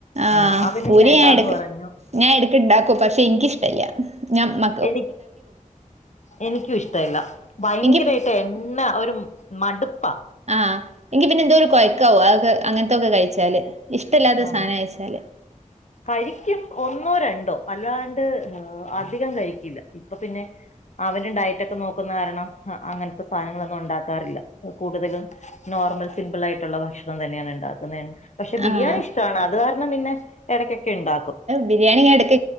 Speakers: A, on the right; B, on the left.
A: ആഹ്
B: ആ അവലും
A: പൂരി
B: വേണ്ടാന്ന്
A: ഞാൻ എടക്ക്
B: പറഞ്ഞു
A: ഞാൻ എടുക്ക് ഇണ്ടാക്കും പക്ഷെ എനിക്ക്ഷ്ടല്ല ഞാൻ മ്മ
B: എനി എനിക്കും ഇഷ്ടല്ല ഭയങ്കരആ
A: എനിക്ക്
B: ട്ടെണ്ണ ഒരു മടുപ്പാ
A: ആഹ് എങ്കി പിന്നെ എന്തോ ഒരു കൊഴയ്ക്കാവോ അതൊക്കെ അങ്ങനത്തൊക്കെ കഴിച്ചാല് ഇഷ്ടമല്ലാത്ത
B: ആഹ്
A: സാധനം കഴച്ചാല്
B: കഴിക്കും ഒന്നോ രണ്ടോ അല്ലാണ്ട് അധികം കഴിക്കില്ല ഇപ്പൊ പിന്നെ അവരും ഡയറ്റഒക്കെ നോക്കുന്ന കാരണം അ അങ്ങനത്തെ സാധനങ്ങളൊന്നും ഉണ്ടാക്കാറില്ല കൂടുതലും നോർമൽ സിമ്പിൾആയിട്ടുള്ള ഭക്ഷണം തന്നെയാണ് ഇ- ണ്ടാക്കുന്നെ പക്ഷെ ബിരിയാണി
A: ആഹ്
B: ഇഷ്ടമാണ് അത് കാരണം പിന്നെ ഇടയ്ക്കൊക്കെ ഇണ്ടാക്കും
A: ബിരിയാണി ഇങ്ങ എടക്ക